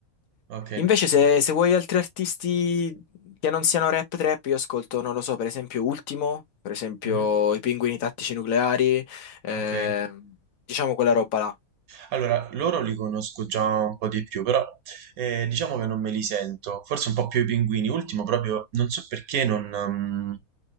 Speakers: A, on the right; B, on the left.
A: ok.
B: Invece se, se vuoi altri artisti che non siano rap trap, io ascolto, non lo so, per esempio Ultimo, per esempio
A: mhm,
B: i Pinguini Tattici Nucleari, eh,
A: Ok,
B: diciamo quella roba là.
A: allora loro li conosco già un po' di più, però eh, diciamo che non me li sento, forse un po' più i pinguini. Ultimo, proprio non so perché, non, ehm,